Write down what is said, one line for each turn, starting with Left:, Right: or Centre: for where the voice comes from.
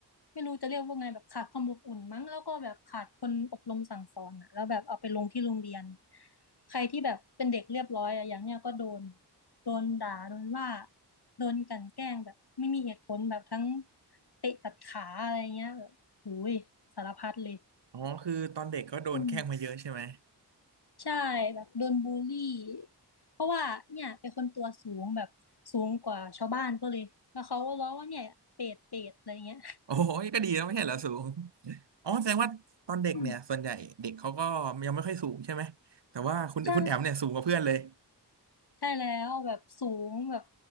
Left: ไม่รู้จะเรียกว่าไงแบบขาดความอบอุ่นมั้งแล้วก็แบบขาดคนอบรมสั่งสอนอ่ะแล้วแบบเอาไปลงที่โรงเรียนใครที่แบบเป็นเด็กเรียบร้อยอ่ะอย่างเนี้ยก็โดนโดนด่าโดนว่าโดนกลั่นแกล้งแบบไม่มีเหตุผลแบบทั้งเตะตัดขาอะไรเงี้ยแบบหูยสารพัดเลย
Right: อ๋อคือตอนเด็กก็โดนแกล้งมาเยอะใช่ไหม
Left: อืม ใช่แบบโดนบูลลี่เพราะว่าเนี่ยเป็นคนตัวสูงแบบสูงกว่าชาวบ้านก็เลยแล้วเขาก็ล้อว่าเนี่ยเป็ดเป็ดอะไรเงี้ย
Right: โอ้โหก็ดีแล้วไม่ใช่เหรอสูงอ๋อแสดงว่าตอนเด็กเนี่ยส่วนใหญ่เด็กเขาก็ยังไม่ค่อยสูงใช่ไหมแต่ว่าคุณคุณแอมเนี่ยสูงกว่าเพื่อนเลย
Left: อืมใช่ใช่แล้วแบบสูงแบบ